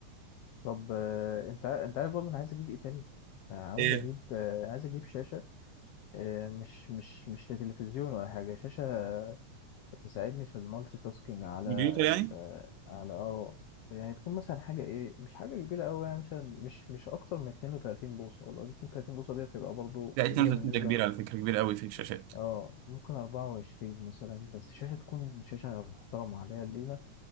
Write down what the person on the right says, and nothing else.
ايه
كمبيوتر يعني
لا
32
ده كبير على فكرة كبير قوي في الشاشات